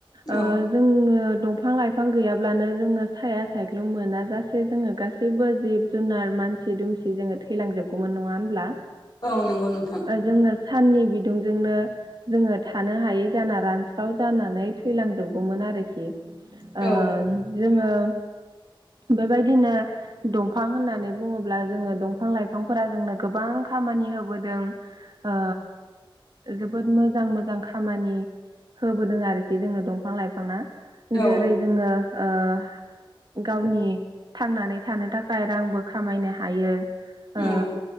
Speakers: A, on the right; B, on the left.
A: ओ
B: औ
A: जोंनो दंफां लाइफां गैयाब्लानो जोङो साया सायख्लुम मोना। गासै जोङो गासैबो जिब जुनार मानसि दुमसि जोङो थैलांजोबगौमोन नङा होनब्ला?
B: औ नंगौ नोंथां
A: ओ जोङो साननि बिदुंजोंनो जोङो थानो हायै जाना रानस्राव जानानै थैलांजोबगौमोन आरोखि‌। ओ
B: औ
A: जोङो बेबायदिनो दंफां होननानै बुङोब्ला जोङो दंफां लाइफांफोरा जोंनो गोबां खामानि होबोदों। ओ जोबोद मोजां - मोजां खामानि होबोदों आरोखि जोंनो दंफां लाइफाङा।
B: औ
A: जेरै जोङो ओ गावनि थांनानै थानो थाखाय रांबो खामायनो हायो ओ
B: औ